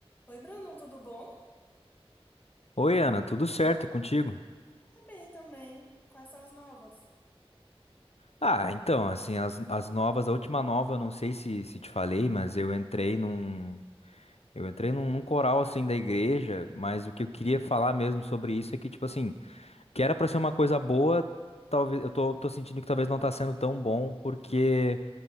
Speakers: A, on the left; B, on the left.
A: Oi, Brandon, tudo bom?
B: Oi, Ana, tudo certo e contigo?
A: Tá bem também. Quais são as novas?
B: Ah, então, assim, as, as novas, a última nova, não sei se, se te falei, mas eu entrei num, eu entrei num, num coral, assim, da igreja, mas o que eu queria falar mesmo sobre isso é que, tipo assim, que era pra ser uma coisa boa, talvez, eu tô, tô sentindo que talvez não tá sendo tão bom, porque